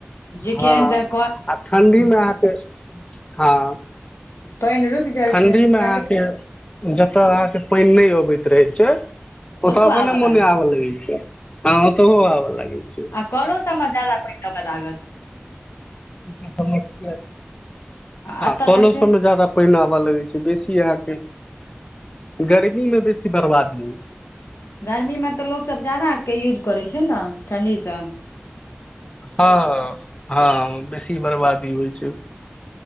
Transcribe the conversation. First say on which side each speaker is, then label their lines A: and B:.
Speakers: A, on the left (about 80°); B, on the left (about 25°).
A: जे
B: हँ
A: केहन तऽ कल
B: आ ठण्डीमे अहाँके हँ
A: पानि रुकि जाइ
B: ठण्ढीमे
A: छै ठंडी
B: अहाँके जतय अहाँ के पैन नैय अबैत रहे छै ओतऽ
A: ओतौ
B: अपने
A: आबऽ
B: मोने
A: लागै
B: आबय लगे छै हँ ओतहो आबऽ लागै छै
A: आ कलो सबमे जादा पैन देबय लागल
B: ई समस्या हँ
A: एतऽ
B: कोलो
A: तऽ से
B: सभ मे ज्यादा पैन आबय लगै छै बेसी अहाँके गर्मी मे बेसी बर्बादी होइ छै
A: गर्मीमे तऽ लोकसभ ज्यादाके यूज करै छै ने ठण्ढीसँ
B: हँ हँ ह बेसी बरबादी होइ छै